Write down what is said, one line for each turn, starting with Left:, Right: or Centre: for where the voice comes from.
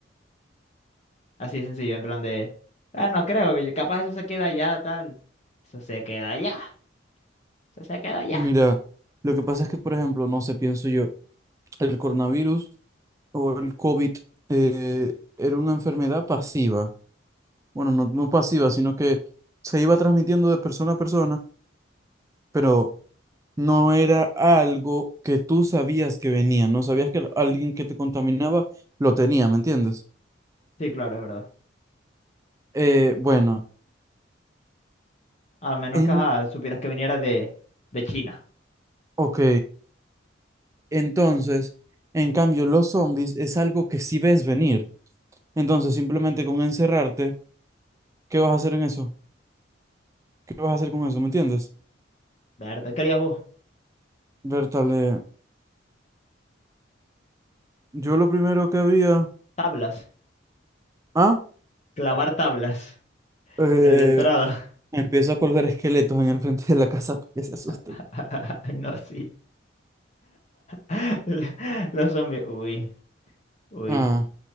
Left: Así de sencillo, en plan de, ah, no creo, que capaz eso se queda allá, tal. Eso se queda allá, eso se queda allá.
Right: Mira, lo que pasa es que, por ejemplo, no sé, pienso yo, el coronavirus o el COVID eh, era una enfermedad pasiva. Bueno, no, no pasiva, sino que se iba transmitiendo de persona a persona, pero no era algo que tú sabías que venía, no sabías que alguien que te contaminaba lo tenía, ¿me entiendes?
Left: Sí, claro, es verdad.
Right: Eh, bueno,
Left: A menos
Right: en...
Left: que ajá, supieras que viniera de, de China.
Right: Ok. Entonces, en cambio, los zombies es algo que sí ves venir. Entonces, simplemente con encerrarte, ¿qué vas a hacer en eso? ¿Qué vas a hacer con eso? ¿Me entiendes?
Left: ¿Verdad? ¿Qué harías vos?
Right: Bertale, yo lo primero que había...
Left: Tablas,
Right: Ah,
Left: clavar tablas.
Right: eh,
Left: En la entrada.
Right: empiezo a colgar <laughs> esqueletos en el frente de la casa para que se asusten.
Left: <laughs> No, sí. <laughs> Los zombies. Uy, uy.
Right: Ah,